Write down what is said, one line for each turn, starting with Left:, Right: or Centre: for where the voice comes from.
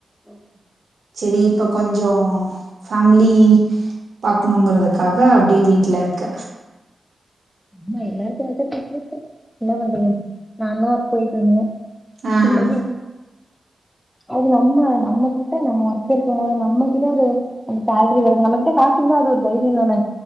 Centre: ஓகே
Right: சேரி இப்ப கொஞ்சம் ஃபேமிலி பாக்கணுங்கறதுக்காக அப்டியே வீட்ல இருக்க
Centre: ஆமா எல்லாருக்கும் ஏதாச்சா <unintelligible> என்ன பண்றது நானும் ஒர்க் போயிட்டு இருந்தே
Right: ஆஹ்
Centre: என்ன பண்றது அது நம்ம நம்ம கிட்ட நம்ம ஒர்க் இருக்கும் போது நம்ம கிட்ட ஒரு அந்த சேல்ரி வருது நம்மகிட்ட காசு இல்ல அது ஒரு தைரியம் தானே